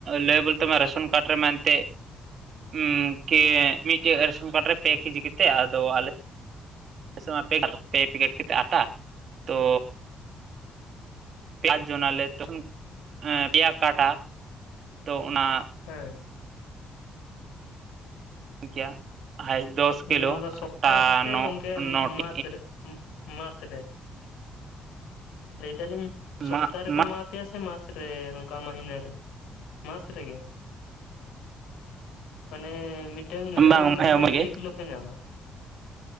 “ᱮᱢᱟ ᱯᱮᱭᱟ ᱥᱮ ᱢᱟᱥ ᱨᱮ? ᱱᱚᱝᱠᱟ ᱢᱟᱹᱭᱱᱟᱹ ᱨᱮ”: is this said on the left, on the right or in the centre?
Left